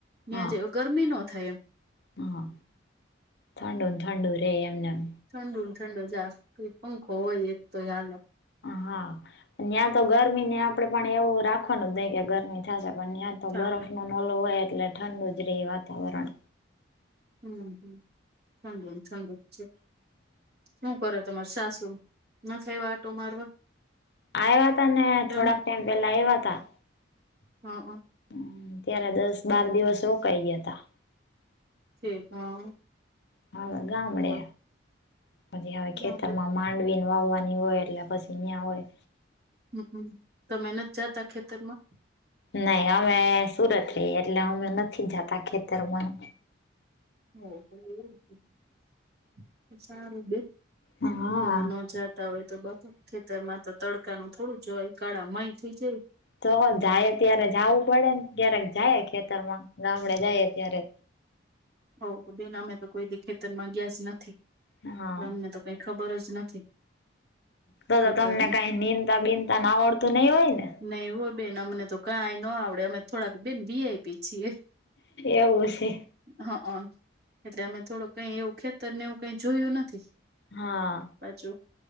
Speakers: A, on the right; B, on the left.
A: ત્યાં
B: હા
A: જેે ગરમી નો થાય એમ
B: હા, થંડુ ને થંડુ રે એમનેમ
A: ઠંડુ ને ઠંડૂ જ હા એક પંખો હોય એક તોએ હાલે
B: હા, ન્યા તો ગરમી ને આપડે પણ એવું રાખવાનું જ નહી કે ગરમી થાશે પણ્ ન્યા
A: હા
B: બરફ નો ને ઓલુ હોય એટલે ઠંડુ જ રહે વાતાવરણ.
A: હમ્મ, હમ્મ ઠંડુ ને ઠંડુ જ છે. હુ કરે તમારા સાસુ, નથી આવ્યા આટો મારવા?
B: આવ્યા તા ને
A: તમે
B: થોડાક ટાઈમ પેલા આવ્યા તા
A: હા.
B: હમ્મ, ત્યારે દસ બાર દિવસ રોકાઈ ગયાતા.
A: ઠીક હ
B: હવે ગામડે.
A: હોય
B: પછી હવે
A: ગામડે
B: ખેતર માં માંડવીને વાવવાની હોય એટલે પછી ન્યાં હોય.
A: હમ્મ, તમે નથ જાતા ખેતરમાં?
B: નહી, અમે સુરત રઈએ એટલે અમે નથી જાતા ખેતરમાં
A: હા, એવું સારું બેન
B: હા
A: તમે ન જાતા હોય તો બાપા ખેતરમાં તો તડકાનું થોડું જોવાય કાળા મય થઈ જાય.
B: તો જાય ત્યારે જાવું પડે ને ક્યારેક જાય ખેતરમાં ગામડે જાય ત્યારે
A: હો બેન અમે તો કોઈ દી ખેતરમાં ગયા જ નથી.
B: હા,
A: એટલે અમને તો કઈ ખબર જ નથી.
B: તો
A: ખેતરની
B: તો તમને કઈ નિંદ તા બિનતા ના આવડતું નહી હોય ને?
A: નહી હો બેન અમને તો કાંઈ ન આવડે અમે થોડાક બેન વીઆઈપી છીએ.
B: એવું છે.
A: હા, એટલે અમે થોડું કઈ એવું ખેતરને એવું કઈ જોયું નથી.
B: હા
A: પાછુ